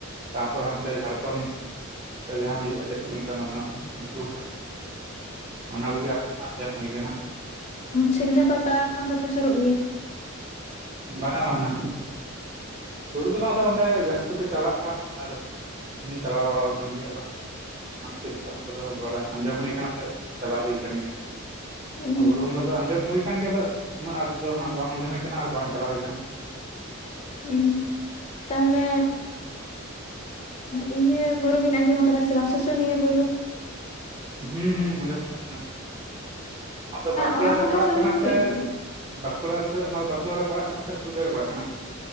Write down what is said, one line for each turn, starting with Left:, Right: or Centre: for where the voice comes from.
Right: ᱛᱟᱯᱚᱨ ᱦᱟᱱᱛᱮ ᱡᱷᱟᱲᱠᱷᱚᱱ᱾ ᱡᱟᱸᱦᱟ ᱦᱩᱭᱩᱜ-ᱟ ᱪᱮᱫ ᱠᱚ ᱢᱮᱛᱟ ᱚᱱᱟ ᱫᱚ ᱦᱟᱸᱜ ᱞᱩᱜᱩ ᱵᱩᱨᱩ᱾ ᱚᱱᱟ ᱠᱚᱜᱮ ᱟᱸᱡᱚᱢ ᱦᱩᱭᱩ ᱟᱠᱟᱱᱟ᱾
Left: ᱥᱤᱞᱫᱟᱹ ᱯᱟᱛᱟ ᱠᱷᱚᱱ ᱫᱚᱯᱮ ᱥᱩᱨᱚᱜ ᱜᱮᱭᱟ?
Right: ᱵᱟᱝᱟ ᱵᱟᱝᱟ᱾ ᱥᱩᱨ ᱫᱚ ᱵᱟᱝ ᱟᱫᱚ ᱚᱸᱰᱮ ᱡᱟᱹᱥᱛᱤ ᱠᱚ ᱪᱟᱞᱟᱜᱼᱟ ᱟᱨ ᱤᱧ ᱪᱟᱞᱟᱣ ᱵᱟᱲᱟ ᱟᱠᱟᱱ ᱜᱮᱭᱟ ᱟᱫᱚ᱾ ᱚᱱᱟ ᱠᱷᱟᱹᱛᱤᱨ ᱚᱱᱟ ᱠᱚᱫᱚ ᱵᱟᱲᱟᱭ ᱟᱸᱡᱚᱢ ᱦᱩᱭ ᱠᱟᱱᱟ ᱥᱮ ᱪᱟᱞᱟᱣ ᱦᱩᱭ ᱠᱟᱱᱟᱱ ᱜᱮᱭᱟ᱾
Left: ᱦᱩᱸ
Right: ᱵᱩᱨᱩ ᱵᱚᱸᱜᱟ ᱫᱚ ᱟᱸᱡᱚᱢ ᱦᱩᱭ ᱟᱠᱟᱱ ᱜᱮᱭᱟ ᱫᱚ ᱩᱱᱟᱹᱜ ᱟᱸᱴ ᱫᱚ ᱦᱟᱸᱜ ᱵᱟᱝ ᱟᱸᱡᱚᱢ ᱦᱩᱭ ᱠᱟᱱᱟ ᱟᱨ ᱵᱟᱝ ᱪᱟᱞᱟᱣ ᱦᱩᱭ ᱠᱟᱱᱟ᱾
Left: ᱦᱩᱸ ᱛᱟᱦᱚᱞᱮᱼᱼ ᱤᱧ <inaudible> ᱤᱭᱟᱹ ᱜᱩᱨᱩ ᱵᱤᱱ ᱟᱸᱡᱚᱢ ᱟᱠᱟᱫᱟ ᱥᱮ ᱵᱟᱝ ᱥᱩᱥᱩᱱᱤᱭᱟᱹ ᱜᱩᱨᱩ᱾
Right: ᱦᱩ ᱦᱩ ᱟᱧᱡᱚᱢ ᱦᱩᱭ ᱠᱟᱱᱟ ᱚᱱᱟ ᱫᱚ ᱵᱟᱸᱠᱩᱲᱟ
Left: ᱚᱱᱟ
Right: ᱨᱮ
Left: ᱠᱷᱚᱱ
Right: ᱯᱟᱲᱟᱜ
Left: ᱦᱚᱸ ᱥᱟᱺᱜᱤᱧ
Right: ᱠᱟᱱᱟ
Left: ᱜᱮ
Right: ᱥᱮ᱾
Left: ᱦᱩᱭᱩᱜ ᱛᱟᱯᱮᱭᱟ
Right: ᱵᱟᱸᱠᱩᱲᱟ ᱥᱮ ᱚᱱᱟ ᱫᱚ ᱵᱟᱸᱠᱩᱲᱟ ᱨᱮ ᱯᱟᱲᱟᱜ ᱠᱟᱱᱟ ᱥᱮ ᱯᱩᱨᱩᱞᱤᱭᱟᱹ ᱨᱮ ᱯᱟᱲᱟᱜ ᱠᱟᱱᱟ?